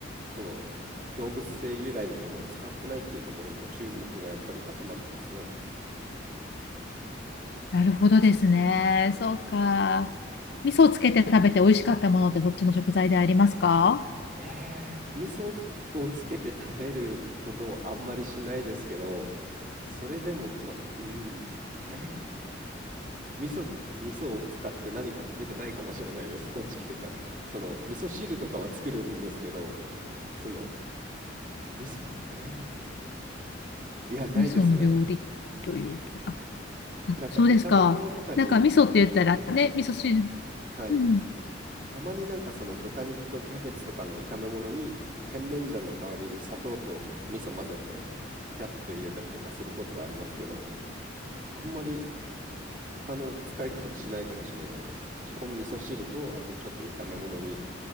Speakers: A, on the right; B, on the left.
A: その動物性由来のものを使ってないっていうところで注目がやっぱり集まってますね。
B: なるほどですね。そうか。味噌をつけて食べて美味しかったものってそっちの食材でありますか
A: えー、味噌をつけて食べることをあんまりしないですけど、それでも、ま、うん、えー、味噌、味噌を使って何か食べてないかもしれないです、こっち来てから。その、味噌汁とかは作るんですけど、その、味噌、えー、いや、ないですね。
B: 味噌の料理というと。あ、あそうですか。
A: なんか炒め物とかに、
B: なんか味噌って言ったらね、味噌汁。
A: はい、
B: うん
A: たまになんかその豚肉とキャベツとかの炒め物に、甜麺醤の代わりに砂糖と味噌混ぜて、ピャッと入れたりとかすることはありますけど、あんまり他の使い方はしないかもしれないです。基本味噌汁と、あとちょっと炒め物に、